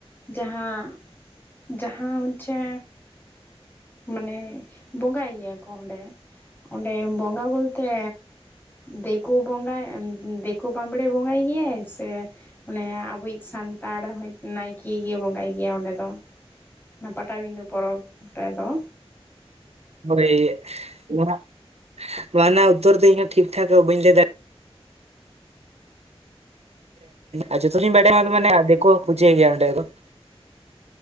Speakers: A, on the left; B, on the right.
A: ᱡᱟᱦᱟᱸ ᱡᱟᱦᱟᱸ ᱦᱚᱸᱪᱮ ᱢᱟᱱᱮ ᱵᱚᱸᱜᱟᱭ ᱜᱮᱭᱟ ᱠᱚ ᱚᱸᱰᱮ ᱚᱸᱰᱮ ᱵᱚᱸᱜᱟ ᱵᱚᱞ ᱛᱮ ᱫᱮᱠᱳ ᱵᱚᱸᱜᱟ ᱮᱸ ᱫᱮᱠᱳ ᱵᱟᱢᱲᱮ ᱵᱚᱸᱜᱟᱭ ᱜᱮᱭᱟ ᱥᱮ? ᱢᱚᱱᱮ ᱟᱵᱚᱭᱤᱡ ᱥᱟᱱᱛᱟᱲ ᱦᱚᱭ ᱾ ᱱᱟᱭᱠᱮ ᱜᱮ ᱵᱚᱸᱜᱟᱭ ᱜᱮᱭᱟ ᱚᱸᱰᱮ ᱫᱚ ᱚᱱᱟ ᱯᱟᱴᱟᱵᱤᱸᱫᱟᱹ ᱯᱚᱨᱚᱵᱽ ᱨᱮᱫᱚ ᱾
B: ᱦᱚᱭ ᱢᱟᱜ ᱢᱟᱱᱟᱣ ᱩᱛᱟ. ᱨ ᱫᱟ. ᱧ ᱤᱧ ᱦᱚᱸ ᱴᱷᱤᱠ ᱴᱷᱟᱠ ᱦᱚᱸ ᱵᱟᱹᱧ ᱞᱟᱹᱭ ᱫᱟᱲᱮᱭᱟᱜᱼᱟ ᱾ ᱟᱨ ᱡᱚᱛᱚ ᱞᱤᱧ ᱵᱟᱰᱟᱭᱟ ᱟᱨ ᱢᱟᱱᱮ ᱟᱨ ᱫᱮᱠᱳ ᱯᱩᱡᱟᱭ ᱜᱮᱭᱟ ᱚᱸᱰᱮ ᱫᱚ ᱾